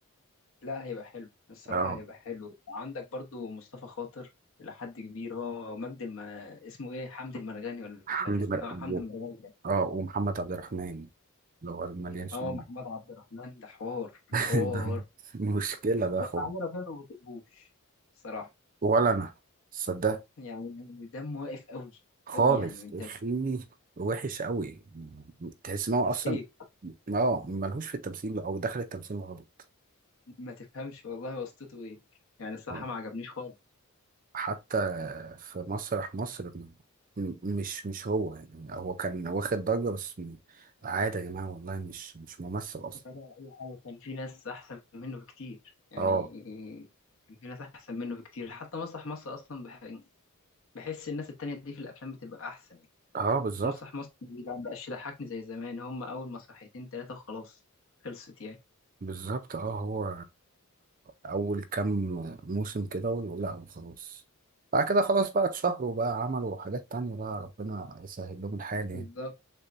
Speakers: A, on the left; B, on the right.
A: لا هيبقى حلو الصراحه
B: اه
A: هيبقى حلو عندك برضو مصطفى خاطر إلى حد كبير هو مجد الم... اسمه ايه حمدي المرغني ولا
B: الحمد
A: مش عارف اسمه
B: لله
A: إيه؟ اه حمدي المرغني ده
B: اه ومحمد عبد الرحمن اللي هو المليان سنين
A: اه محمد عبد الرحمن ده حوار
B: <laughs>
A: حوار
B: ده مشكلة ده
A: بس
B: خد
A: علي ربيع ما بطيقهوش صراحة
B: ولا انا صدقني
A: يعني دمه واقف قوي
B: خالص
A: قوي يعني انت
B: يا اخي وحش قوي تحس ان هو اصلا
A: فيك
B: اه ملهوش في التمثيل او دخل التمثيل غلط
A: ما تفهمش والله واسطته ايه يعني الصراحة
B: آه.
A: ما عجبنيش خالص
B: حتى في مسرح مصر م- م- مش مش هو يعني هو كان واخد ضجة بس م- عادي يا جماعة والله مش مش ممثل اصلا
A: ولا اي حاجة كان في ناس احسن منه بكتير يعني
B: اه
A: كان في ناس احسن منه بكتير حتى مسرح مصر اصلا بح... بحس الناس التانية دي في الافلام بتبقى احسن يعني
B: اه بالظبط
A: مسرح مصر ما بقاش يضحكني زي زمان هم اول مسرحيتين تلاتة وخلاص خلصت يعني
B: بالظبط اه هو اول كام موسم كده ويقول لا خلاص بعد كده خلاص بقى اتشهروا بقى عملوا حاجات تانية بقى ربنا يسهل لهم الحال يعني
A: بالظبط